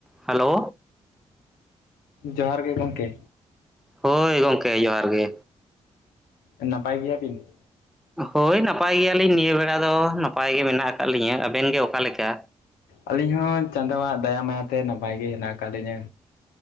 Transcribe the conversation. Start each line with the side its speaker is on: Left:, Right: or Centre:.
Centre: ᱦᱟᱞᱳ
Left: ᱡᱚᱦᱟᱨ ᱜᱮ ᱜᱚᱝᱠᱮ,
Centre: ᱦᱳᱭ ᱜᱚᱝᱠᱮ ᱡᱚᱦᱟᱨ ᱜᱮ᱾
Left: ᱱᱟᱯᱟᱭ ᱜᱮᱭᱟ ᱵᱤᱱ?
Centre: ᱦᱳᱭ ᱱᱟᱯᱟᱭ ᱜᱮᱭᱟᱞᱤᱧ ᱱᱤᱭᱟᱹ ᱵᱮᱲᱟ ᱫᱚ ᱱᱟᱯᱟᱭ ᱜᱮ ᱢᱮᱱᱟᱜ ᱟᱠᱟᱫ ᱞᱤᱧᱟᱹ᱾ ᱟᱵᱮᱱ ᱜᱮ ᱚᱠᱟᱞᱮᱠᱟ?
Left: ᱟᱹᱞᱤᱧ ᱦᱚᱸ ᱪᱟᱸᱫᱳᱣᱟᱜ ᱫᱟᱭᱟ ᱢᱟᱭᱟᱛᱮ ᱱᱟᱯᱟᱭ ᱜᱮ ᱦᱮᱱᱟᱜ ᱟᱠᱟᱜ ᱞᱤᱧᱟᱹ᱾